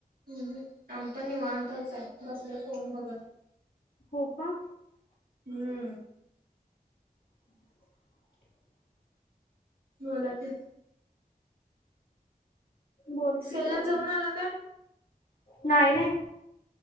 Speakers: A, on the right; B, on the left.
A: हम्म हम्म. आम्ही पण निवांतच आहे बसलोय फोन बघत.
B: हो का.
A: हम्म
B: <unintelligible>
A: बोला की
B: बोल
A: सेलला
B: की बोल
A: जाऊन आला काय?
B: नाही नाही.